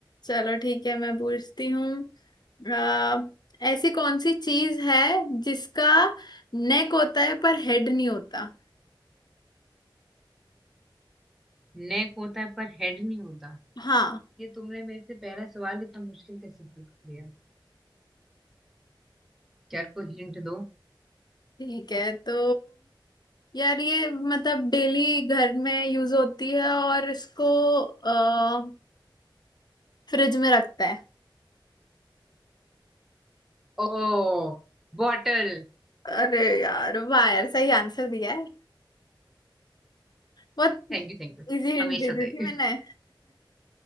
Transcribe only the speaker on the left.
चलो ठीक है मैं पूछती हूँ आ, ऐसी कौन सी चीज है जिसका नेक होता है पर हेड नहीं होता
हाँ
ठीक है तो यार ये मतलब डेली घर में यूज होती है और इसको आ, फ्रिज में रखते हैं
अरे यार वाह यार सही आंसर दिया है बहुत
इजी हिंट
दे दी
थी मैंने